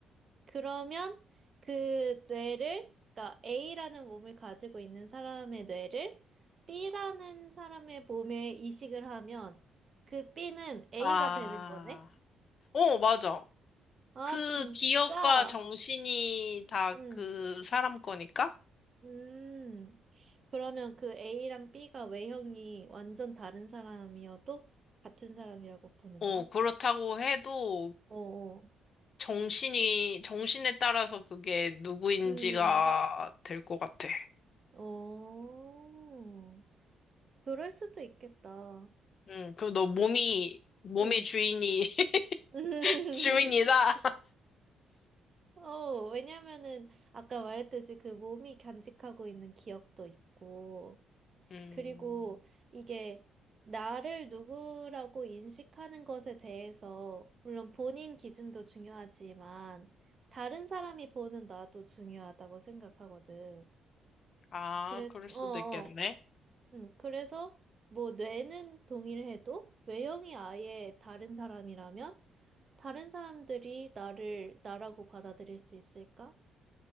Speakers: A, on the right; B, on the left.
A: 그러면 그 뇌를, 그러니까 A라는 몸을 가지고 있는 사람의 뇌를 B라는 사람의 몸에 이식을 하면 그 B는 A가
B: 아,
A: 되는 거네?
B: 어, 맞아.
A: 아,
B: 그
A: 진짜?
B: 기억과 정신이 다
A: 응.
B: 그 사람 거니까?
A: 음, 그러면 그 A랑 B가 외형이 완전 다른 사람이어도 같은 사람이라고 보는
B: 어,
A: 거야?
B: 그렇다고 해도
A: 어어.
B: 정신이, 정신에 따라서 그게 누구인지가
A: 음,
B: 될 것 같아.
A: 어. 그럴 수도 있겠다.
B: 응, 그리고 너 몸이, 몸의
A: 음.
B: 주인이, <laughs>
A: <laughs>
B: 주인이다.
A: 어, 왜냐면은 아까 말했듯이 그 몸이 간직하고 있는 기억도 있고,
B: 음,
A: 그리고 이게 나를 누구라고 인식하는 것에 대해서, 물론 본인 기준도 중요하지만, 다른 사람이 보는 나도 중요하다고 생각하거든.
B: 아,
A: 그래서,
B: 그럴 수도
A: 어, 어.
B: 있겠네.
A: 응, 그래서 뭐 뇌는 동일해도 외형이 아예 다른 사람이라면 다른 사람들이 나를 나라고 받아들일 수 있을까?